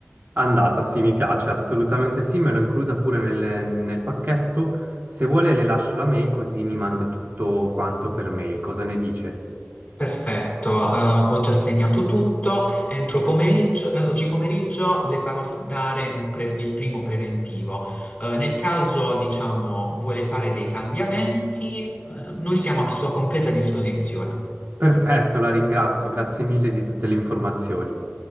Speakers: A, on the right (about 50°); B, on the left (about 30°).
A: Andata, sì, mi piace, assolutamente sì, me lo includa pure nel, nel pacchetto. Se vuole le lascio la mail così mi manda tutto quanto per mail, cosa ne dice?
B: Perfetto, eh, ho già segnato tutto. Entro pomeriggio, eh, oggi pomeriggio le farò s- dare un pre- il primo preventivo. Eh, nel caso, diciamo, vuole fare dei cambiamenti, eh, noi siamo a sua completa disposizione.
A: Perfetto, la ringrazio, grazie mille di tutte le informazioni.